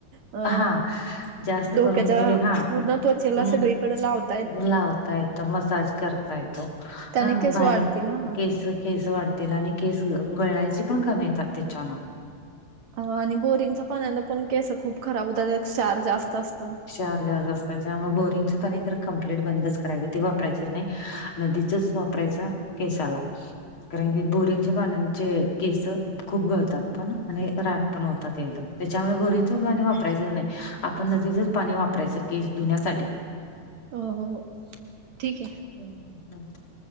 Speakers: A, on the right (about 65°); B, on the left (about 45°).
A: अ,
B: हा जास्त
A: डोक्याच्या
B: करून ते हा
A: पूर्ण त्वचेला,
B: हम्म
A: सगळीकडे लावतऽ
B: लावता येत, मसाज करता येतो,,
A: त्याने
B: हा,
A: केस
B: बाहेर,
A: वाढतील ह ना
B: केस केस वाढतऽ तेलाने केस गळायचे पण कमी येतात त्याच्यान.
A: हं,, आणि बोरिंगच्या पाण्यानं पण केसं खूप खराब होत्यात, त्यात क्षार जास्त असतं.
B: क्षार् जास्त असत,, त्यामुळं बोरिंगच पाणी तर कंप्लिट बंदच करायच, ते वापरायचच नाही. नदीचच वापरायचा,, केसाला. कारण की,, बोरिंगच्या पाण्याचे केसं, खूप गळतात पण आणिऽ पण होतात एकदम, त्याच्यामुळे बोरिंग ऽ च पाणी वापरायचं नाही, आपण नदिचच पाणी वापरायचं केस धुण्यासाठी.
A: हो हो, ठीक आहे.
B: हम् ह